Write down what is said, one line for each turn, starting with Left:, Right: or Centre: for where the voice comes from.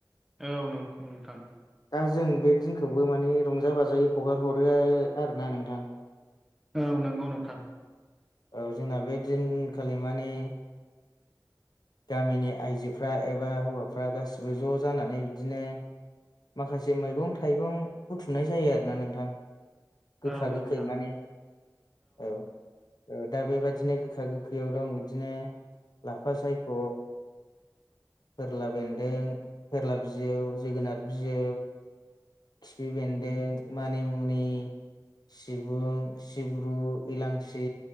Centre: औ नंगौ नोंथां।
Left: दा जों बे दिनखौबो माने रंजा बाजायै हगारहरो आरोना नोंथां।
Centre: औ नंगौ नोंथां।
Left: औ जोंना बे दिनखालि माने गामिनि आइजोफ्रा एबा हौवाफ्रा गासिबो ज' जानानै बिदिनो माखासे मैगं थाइगं बुथुमनाय जायो आरोना नोंथां गोखा
Centre: औ
Left: गोखै
Centre: नोंथां
Left: माने औ। ओ दा बेबादिनो गोखा गोखैयाव दं बिदिनो लाफा सायख', फोरला बेन्दों, फोरला बिजौ, जोगोनार बिजौ, खिफि बेन्दों, मानिमुनि, सिबुं, सिब्रु, इलांसि,